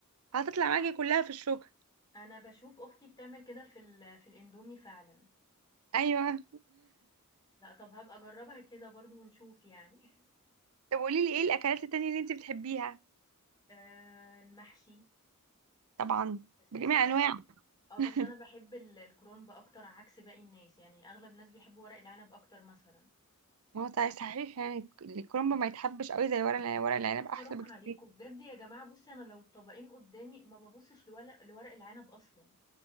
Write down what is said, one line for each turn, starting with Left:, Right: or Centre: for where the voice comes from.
Right: هتطلع معاكي كلها في الشوكه
Left: أنا بشوف أختي بتعمل كده في ال... في الإندومي فعلا
Right: ايوه
Left: لا طب هبقى أجربها كده برضو ونشوف يعني <laughs>
Right: <laughs> طب قولي لي ايه الاكلات التانية اللي انت بتحبيها
Left: آآ المحشي
Right: طبعا
Left: أساسي
Right: بجميع
Left: طبعًا،
Right: انواع
Left: آه،
Right: <laughs>
Left: بس أنا باحب ال الكرنب أكتر عكس باقي الناس، يعني أغلب الناس بيحبوا ورق العنب أكتر مثلًا.
Right: ما هو صحيح صحيح يعني الكرنب ما يتحبش قوي زي ورق العنب ورق العنب
Left: حرام
Right: احلى بكتير
Left: عليكم بجد يا جماعة بُصّي أنا لو الطبقين قدّامي ما بابُصّش لورق لورق العنب أصلًا.